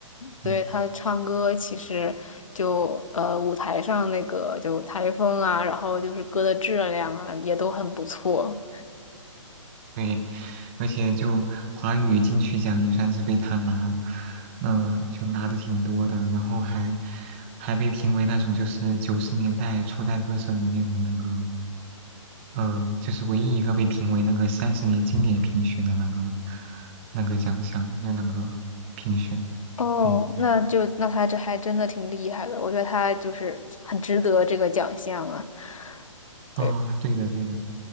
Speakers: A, on the left; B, on the right.
A: 对他唱歌其实就呃舞台上那个就台风啊，
B: 嗯。
A: 然后就是歌的质量啊也都很不错。
B: 对，而且就华语金曲奖也算是被他拿，嗯、就拿的挺多的，然后还还被评为那种就是九十年代初代歌手里面的那个，呃，就是唯一一个被评为那个三十年经典评选的那个那个奖项，就那个评选，
A: 哦，
B: 嗯，
A: 那就那他这还真的挺厉害的，我觉得他就是很值得这个奖项啊，对，
B: 哦，对的对的，